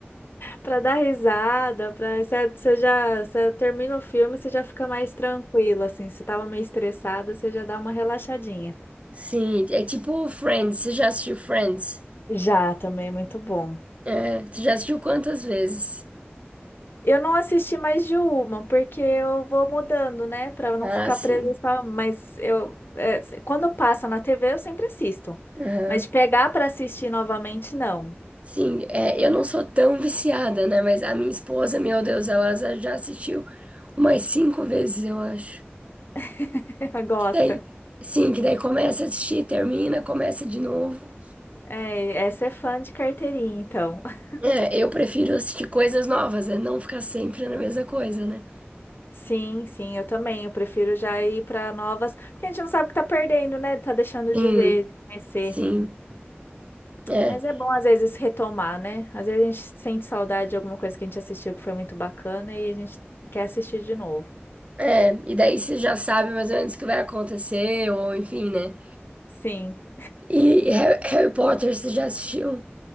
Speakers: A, on the left (about 55°); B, on the right (about 30°).
A: para <laughs> dar risada, para você, você já, você termina o filme, você já fica mais tranquila assim, se você tava meio estressada, você já dá uma relaxadinha.
B: Sim, é tipo Friends, você já assistiu Friends?
A: Já, também é muito bom.
B: É, você já assistiu quantas vezes?
A: Eu não assisti mais de uma, porque eu vou mudando, né? Pra eu não
B: Ah,
A: ficar
B: sim.
A: presa só. Mas eu, é, se- quando passa na TV, eu sempre assisto.
B: Aham.
A: Mas de pegar pra assistir novamente, não.
B: Sim, é, eu não sou tão viciada, né? Mas a minha esposa, meu Deus, ela za- já assistiu umas cinco vezes, eu acho.
A: <laughs> Gosta.
B: Que daí, sim, que daí começa a assistir, termina, começa de novo.
A: É, essa é fã de carteirinha, então. <laughs>
B: É, eu prefiro assistir coisas novas, né? Não ficar sempre na mesma coisa, né?
A: Sim, sim, eu também. Eu prefiro já ir pra novas. Porque a gente não sabe o que tá perdendo, né? Tá deixando
B: Sim,
A: de ver, de conhecer.
B: sim. É,
A: Mas é bom, às vezes, retomar, né? Às vezes a gente sente saudade de alguma coisa que a gente assistiu que foi muito bacana e a gente quer assistir de novo.
B: é. E daí você já sabe mais ou menos o que vai acontecer, ou enfim, né?
A: Sim,
B: E Harry, Harry Potter, você já assistiu?